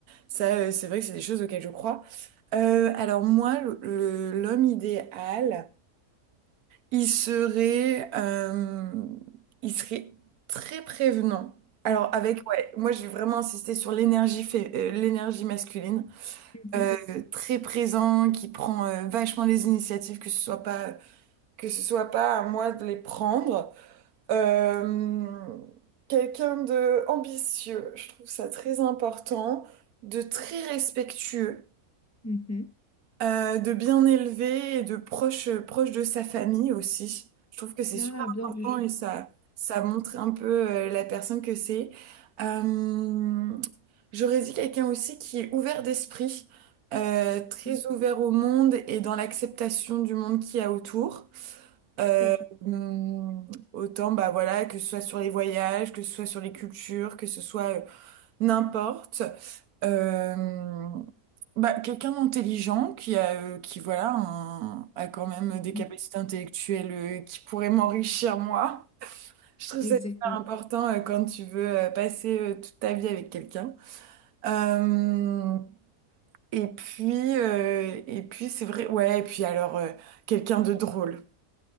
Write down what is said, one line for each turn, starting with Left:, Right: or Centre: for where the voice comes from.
Right: Ça, euh, c'est vrai que c'est des choses auxquelles je crois. Euh, alors moi, le- le- l'homme idéal, il serait, euh, il serait très prévenant. Alors avec, ouais, moi j'ai vraiment insisté sur l'énergie, fé- euh, l'énergie masculine
Left: mm,
Right: euh, très présent, qui prend euh, vachement les initiatives, que ce soit pas, que ce soit pas à moi de les prendre. Euh, quelqu'un de ambitieux, je trouve ça très important, de très respectueux.
Left: mhm,
Right: Euh, de bien élever et de proche, proche de sa famille aussi. Je trouve que c'est
Left: mhm.
Right: super
Left: Ah, bien
Right: important
Left: vu.
Right: et ça, ça montre un peu euh, la personne que c'est. Euh, j'aurais dit quelqu'un aussi qui est ouvert d'esprit, euh, très
Left: Mm,
Right: ouvert au monde et dans l'acceptation du monde qu'il y a autour. Euh,
Left: Tout à fait.
Right: hum, autant, bah voilà, que ce soit sur les voyages, que ce soit sur les cultures, que ce soit euh, n'importe. Euh, bah, quelqu'un d'intelligent qui a, euh, qui voilà, un- a quand même des capacités
Left: Mm,
Right: intellectuelles euh, qui pourraient m'enrichir moi. Je trouve
Left: Exactement.
Right: ça super important euh, quand tu veux euh, passer euh, toute ta vie avec quelqu'un. Euh, et puis, euh, et puis c'est vrai, ouais, et puis alors euh, quelqu'un de drôle